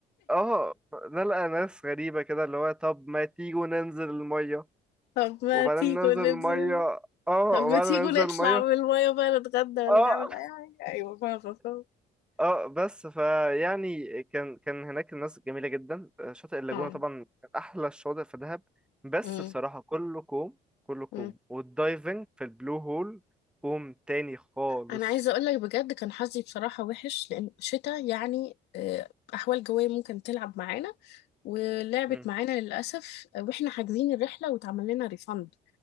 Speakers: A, in the centre; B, on the left.
A: اه نلقى ناس غريبة كده اللي هو طب ما تيجوا ننزل المية
B: طب ما
A: وبعدين
B: تيجوا
A: ننزل
B: ننزل
A: المية اه
B: طب
A: وبعدين
B: ما تيجوا
A: ننزل
B: نطلع
A: المية
B: من المايه بقى نتغدى ولا
A: اه
B: نعمل اي حاجه ايوه فاهمه فاهمه
A: اه بس فيعني كان كان هناك الناس جميلة جدا شاطئ اللاجونة
B: اه
A: طبعا كان أحلى الشواطئ في دهب بس
B: امم
A: بصراحة كله كوم كله كوم
B: امم
A: والدايفنج في البلو هول كوم تاني خالص
B: انا عايزه اقول لك بجد كان حظي بصراحه وحش لان شتاء يعني آه، احوال جويه ممكن تلعب معانا ولعبت
A: مم.
B: معانا للاسف آه، واحنا حاجزين الرحله واتعمل لنا ريفند